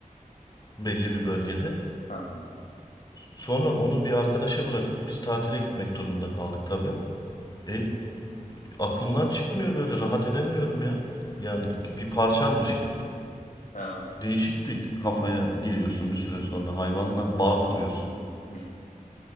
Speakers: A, on the left; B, on the left.
A: belli bir bölgede.
B: Hı hı.
A: Sonra onu bir arkadaşa bırakıp biz tatile gitmek durumunda kaldık tabii. E, aklımdan çıkmıyor böyle rahat edemiyorum ya. Yani bir parçanmış gibi.
B: Evet.
A: Değişik bir kafaya giriyorsun bir süre sonra. Hayvanla bağ kuruyorsun.
B: Hı hı.